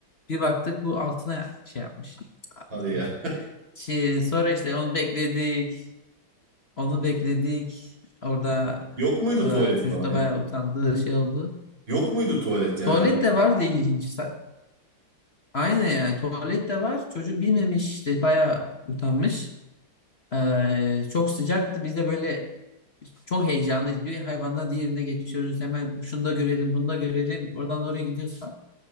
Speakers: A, on the left; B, on the right.
A: Bir baktık bu altına şey yapmış.
B: Hadi
A: Evet.
B: ya.
A: Şey, sonra işte onu bekledik. Onu bekledik. Orada
B: Yok muydu tuvalet
A: e, çocuk
B: falan
A: da
B: ya?
A: bayağı utandığı şey oldu.
B: Yok muydu tuvalet yani?
A: Tuvalet
B: Hani...
A: de var diye ilginç. Sa- Aynen yani tuvalet de var. Çocuk bilmemiş işte bayağı utanmış. E, çok sıcaktı. Biz de böyle çok heyecanlıyız. Bir hayvandan diğerine geçiyoruz. Hemen şunu da görelim, bunu da görelim. Oradan oraya gidiyoruz falan.